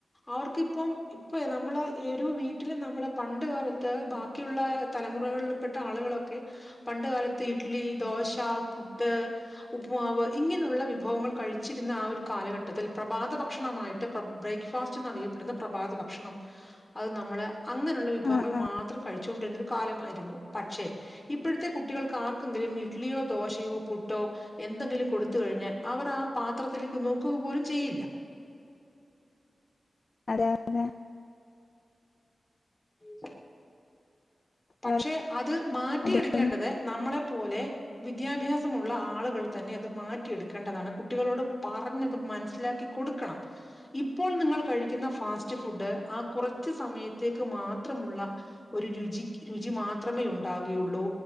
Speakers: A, on the left; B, on the left.
A: അവർക്കിപ്പ ഇപ്പ നമ്മള് ഒര് വീട്ടിൽ നമ്മള് പണ്ട് കാലത്ത് ബാക്കിയുള്ള തലമുറകളിൽപ്പെട്ട ആളുകളൊക്കെ പണ്ട കാലത്ത് ഇഡ്ലി ദോശ പുട്ട് ഉപ്പ്മാവ് ഇങ്ങനെയുള്ള വിഭവങ്ങൾ കഴിച്ചിരുന്ന ആ കാലഘട്ടത്തിൽ പ്രഭാത ഭക്ഷണമായിട്ട് ബ്രേക്ക്ഫാസ്റ്റ് എന്നറിയപ്പെടുന്ന പ്രഭാത ഭക്ഷണം അത് നമ്മള് അങ്ങനെയുള്ള വിഭവങ്ങൾ
B: ആഹ് ആഹ്
A: മാത്രം കഴിച്ചുകൊണ്ടിരുന്നൊരു കാലമായിരുന്നു പക്ഷേ ഇപ്പോഴത്തെ കുട്ടികൾ ർക്കെങ്കിലും ഇഡ്ലിയോ ദോശയോ പുട്ടോ എന്തെങ്കിലും കൊടുത്ത കഴിഞ്ഞാൽ അവർ ആ പാത്രത്തില നോ ക്കുക പോലും ചെയ്യില്ല..
B: അത. <unintelligible>
A: <inaudible> പക്ഷെ
B: അവർ
A: അത് മാറ്റിയെടുക്കേണ്ടത്
B: അതിലൊന്നും
A: നമ്മളെപ്പോലെ. വിദ്യാഭ്യാസമുള്ള ആളുകൾ തന്നെ അത് മാറ്റിയെടുക്കേണ്ടതാണ് കുട്ടികളോട് പറഞ്ഞത് മനസ്സിലാക്കി കൊടുക്കണം ഇപ്പോൾ നിങ്ങൾ കഴിക്കുന്ന ഫാസ്റ്റ് ഫുഡ് ആ കുറച്ച് സമയത്തേക്ക് മാത്രം മുള്ള ഒരു രുചി രുചി മാത്രമേ ഉണ്ടാവുകയുള്ളൂ